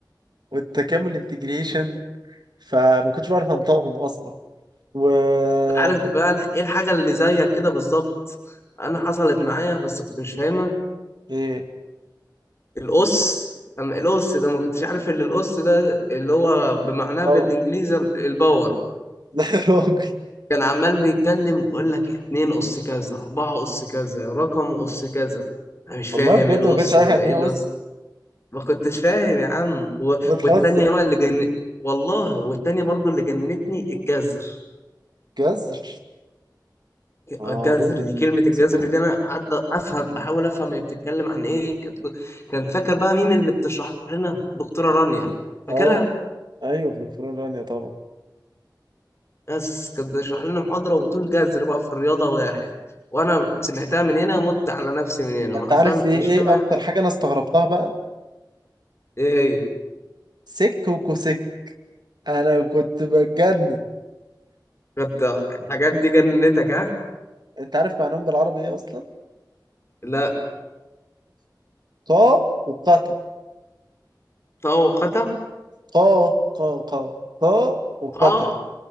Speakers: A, on the right (about 70°); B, on the left (about 35°).
A: والتكامل انتجريشن فما كنتش بعرف انطقهم اصلا وكنت
B: عارف بقى ايه الحاجة اللي زيك كده بالظبط انا حصلت معايا بس كنت مش فاهمها
A: ايه
B: القص اما القص ده ما كنتش عارف ان القص ده اللي هو بمعناه
A: لا
B: بالانجليزي
A: لا
B: الباور
A: <laughs> يا راجل
B: كان عمال بيتكلم يقول لك اتنين قص كذا اربعة قص كذا رقم قص كذا انا مش
A: والله
B: فاهم
A: بجد
B: ايه القص
A: ما كنتش عارف
B: ده
A: يعني
B: ايه
A: ايه
B: القص
A: اس
B: ما كنتش فاهم يا عم و...
A: بتهزر
B: والتانية بقى اللي جن والله والتانية برضو اللي جنتني الجزر
A: جزر اه
B: الجذر
A: رود
B: دي كلمة الجذر
A: سوري
B: دي أنا قعدت أفهم بحاول أفهم هي بتتكلم عن إيه كانت كان فاكر بقى مين اللي بتشرح لنا دكتورة رانيا فاكرها
A: اه ايوه في دكتوراه رانيا طبعا
B: بس كانت بتشرح لنا محاضرة وبتقول جذر بقى في الرياضة واحد وأنا سمعتها من هنا مت على نفسي من هنا
A: انت
B: ما
A: عارف
B: فاهم
A: ايه
B: مش
A: ايه
B: فاهم أي
A: اكتر
B: حاجة
A: حاجه انا استغربتها بقى
B: إيه هي
A: سك وكوسك انا كنت بتجنن
B: كانت الحاجات دي جننتك ها
A: انت عارف معناهم بالعربي ايه اصلا
B: لا
A: قا وقتا
B: طاقة
A: قا قا قا قا وقتا
B: قا